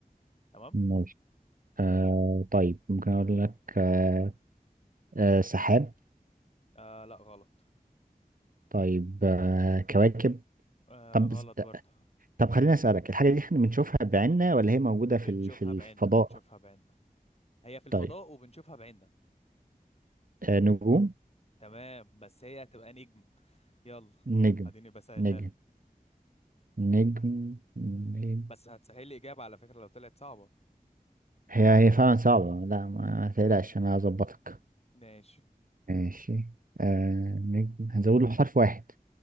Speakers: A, on the left (about 40°); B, on the right (about 65°).
A: تمام
B: ماشي آه طيب ممكن أقول لك آه آه سحاب
A: آه لا غلط
B: طيب آه كواكب
A: آه
B: طب
A: غلط برضه
B: طب خليني أسألك الحاجة دي احنا بنشوفها بعيننا ولا هي موجودة في ال-
A: شوفها
B: في الفضاء
A: بعيننا شوفها بعيننا هي في الفضاء
B: طيب
A: وبنشوفها بعيننا
B: آه نجوم
A: تمام بس هي هتبقى نجم يلا
B: نجم
A: اديني بسهلها
B: نجم
A: لك
B: نجم نجم
A: بس هتسهل لي اجابه على فكره لو طلعت صعبه
B: هي هي فعلا صعبة لا ما تقلقش أنا هظبطك
A: ماشي
B: ماشي آه نجم هنزود له حرف واحد